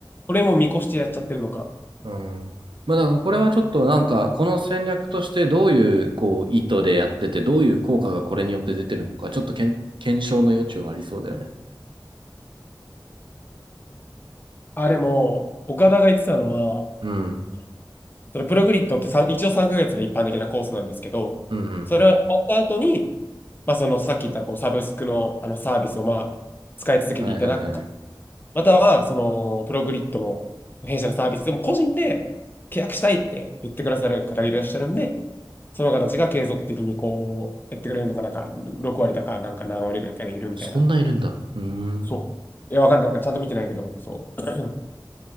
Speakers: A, on the left (about 25°); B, on the right (about 80°).
A: これも見越してやっちゃってるのか。
B: うん。まあ、だからこれはちょっとなんか、この戦略としてどういう、こう、意図でやってて、どういう効果がこれによって出てるのか、ちょっとけん検証の余地はありそうだよね。
A: あれも、岡田が言ってたのは、
B: うん。
A: それプログリッドってさん一応3ヶ月が一般的なコースなんですけど、
B: うんうん。
A: それは終わった後に、まあ、そのさっき言ったこうサブスクのあのサービスをまあ使い続けていただくか、
B: はいはいはい。
A: またはそのプログリッドの弊社のサービスでも個人で契約したいって言ってくださる方がいらっしゃるんで、その方たちが継続的にこうやってくれるのかなんか、6割だかなんか何割ぐらいからいるみたいな。
B: そんないるんだ。うーん。
A: そう。いや、わかんないからちゃんと見てないけど、そう。